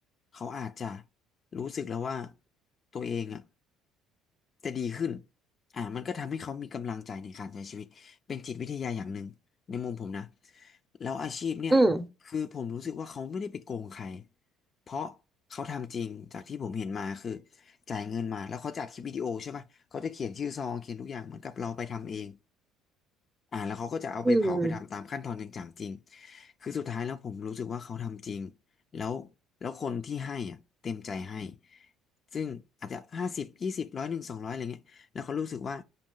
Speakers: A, on the left; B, on the right.
A: เขาอาจจะรู้สึกแล้วว่าตัวเองอ่ะจะดีขึ้นอ่ามันก็ทำให้เขามีกำลังใจในการใช้ชีวิตเป็นจิตวิทยาอย่างหนึ่งในมุมผมนะแล้วอาชีพเนี่ย
B: อืม
A: คือผมรู้สึกว่าเขาไม่ได้ไปโกงใครเพราะเขาทำจริงจากที่ผมเห็นมาคือ จ่ายเงินมาแล้วเขาจัดคลิปวิดีโอใช่ป่ะเขาจะเขียนชื่อซองเขียนทุกอย่างเหมือนกับเราไปทำเอง อ่าแล้วเขาก็จะเอาไปเผาไปทำตามขั้นตอนจริงจังจริง
B: อืม
A: คือสุดท้ายแล้วผมรู้สึกว่าเขาทำจริงแล้วแล้วคนที่ให้อ่ะเต็มใจให้ซึ่งอาจจะห้าสิบยี่สิบร้อยหนึ่งสองร้อยอะไรเงี้ยแล้วเขารู้สึกว่า